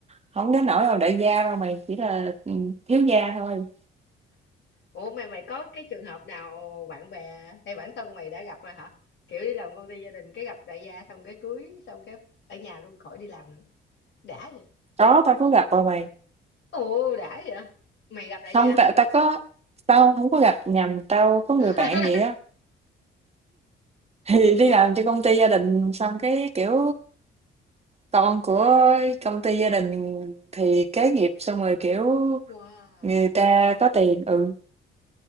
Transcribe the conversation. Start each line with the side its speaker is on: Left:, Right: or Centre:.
Right: không đến nỗi là đại gia đâu mày chỉ là ừ, thiếu gia thôi.
Left: Ủa mày mày có cái trường hợp nào bạn bè hay bản thân mày đã gặp rồi hả? Kiểu đi làm công ty gia đình cái gặp đại gia xong cái cưới xong cái ở nhà luôn khỏi đi làm nữa. Đã vậy.
Right: Có tao có gặp rồi mày
Left: Ồ đã vậy. Mày gặp đại
Right: Hông,
Left: gia hả?
Right: tại tao có tao không có gặp nhầm, tao có người
Left: <laughs>
Right: bạn vậy á, thì đi làm cho công ty gia đình xong cái, kiểu, con của công ty gia đình thì kế nghiệp, xong rồi, kiểu,
Left: Wow.
Right: người ta có tiền, ừ,